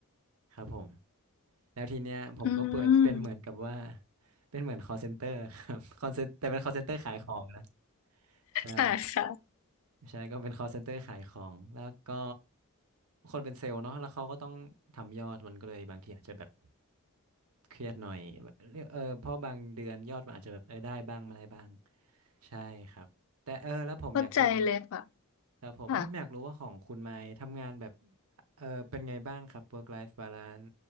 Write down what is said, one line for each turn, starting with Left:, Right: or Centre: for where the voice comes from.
Right: ครับผมแล้วทีเนี้ยผมก็เปิด
Left: อื
Right: <laughs> เป็นเหมือนกับว่า
Left: ม
Right: เป็นเหมือน call center ครับ <laughs> call center แต่เป็น call center ขายของนะใช่
Left: ค่ะค่ะ
Right: ใช่ก็เป็น call center ขายของแล้วก็คนเป็นเซลล์เนาะแล้วเขาก็ต้องทำยอดมันก็เลยบางทีอาจจะแบบเครียดหน่อยแบบเออเพราะบางเดือนยอดมันอาจจะแบบเออได้บ้างไม่ได้บ้างใช่ครับแต่เออแล้วผมอยากรู้
Left: เข้าใจเลยค่ะ
Right: ครับผมแล้วผมอยากรู้ว่าของคุณไมค์ทำงานแบบ
Left: ค่ะ
Right: เออเป็นไงบ้างครับ work life balance